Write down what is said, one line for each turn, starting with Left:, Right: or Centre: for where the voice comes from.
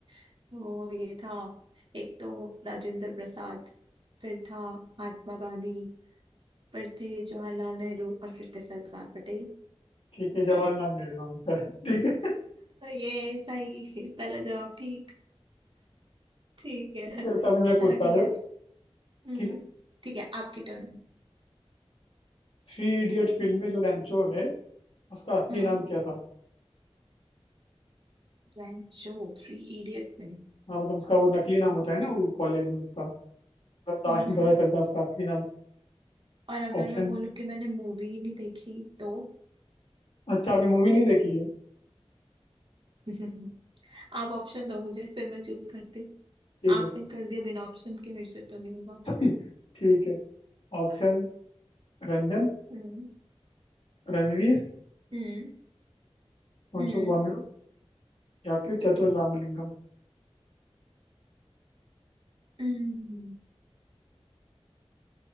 Right: तो ये था एक तो राजेंद्र प्रसाद फिर था महात्मा गांधी फिर थे जवाहरलाल नेहरू और फिर थे सरदार पटेल
Left: ठीक है जवाहरलाल
Right: <laughs>
Left: नेहरू आंसर ठीक है
Right: ये सही है। पहला जवाब ठीक ठीक है
Left: तो तभी मैं पूछता
Right: चलो ठीक
Left: हूँ
Right: है हम्म
Left: ठीक है
Right: ठीक है आपकी टर्न
Left: थ्री इडियट फिल्म में जो रैंचो है उसका असली
Right: हम्म
Left: नाम क्या था
Right: रैंक जो थ्री इडियट में
Left: हाँ मतलब उसका वो नकली नाम होता है ना वो कॉलेज में उसका लास्ट
Right: हम्म
Left: में
Right: हम्म।
Left: पता चलता है उसका असली नाम
Right: और अगर
Left: ऑप्शन
Right: मैं बोलूं कि मैंने मूवी ही नहीं देखी तो
Left: अच्छा आपने मूवी नहीं देखी है
Right: <laughs> आप ऑप्शन दो मुझे फिर मैं चूज करती
Left: ठीक
Right: आपने
Left: है
Right: कर दिया बिना ऑप्शन के मेरे से तो नहीं होगा
Left: <laughs> ठीक है ऑप्शन रंजन
Right: हम्म।
Left: रणवीर
Right: हम्म
Left: फुनसुक
Right: हम्म
Left: वांगडू या फिर चतुर रामलिंगम
Right: हम्म,